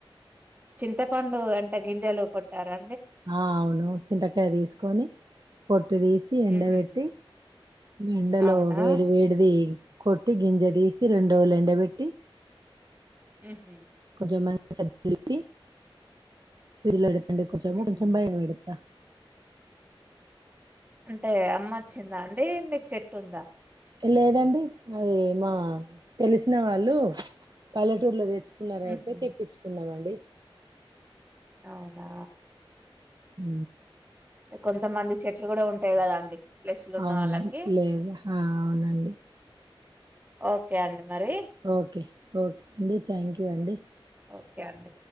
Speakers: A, on the right (about 20°); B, on the right (about 45°).
A: చింతపండు అంటే గింజలు పట్టారా
B: ఆ అవును చింతకాయ తీసుకొని పొట్టు తీసి ఎండ
A: ఉహు
B: పెట్టి ఎండలో
A: అవునా
B: వేడి వేడిది కొట్టి గింజ తీసి రెండోలు ఎండబెట్టి
A: ఉహ
B: కొంచమంది చరిపి ఫ్రిడ్జ్ లో ఎ అంటే కొంచెం
A: ఉహు
B: కొంచెం భయంం ఎడత
A: అంటే అమ్మ వచ్చిందా అండి మీకు చెట్టుందా
B: లేదండి అది మా తెలిసిన వాళ్ళు పల్లెటూర్లో తెచ తెుకున్నార
A: ఉహు
B: అయితే తెప్పించుకున్నామ అండి
A: అవునా
B: హ
A: కొంతమంది చెట్లు కూడా ఉంటాయి కదా అండి ప్లేస్లు ఉన్న
B: అవునం
A: వాళ్ళకి
B: లేద అవునండి
A: ఓకే అండి. మరి
B: ఓకే ఓకే అడి థ్యాంక్ యూ అండి.
A: ఓకే అండి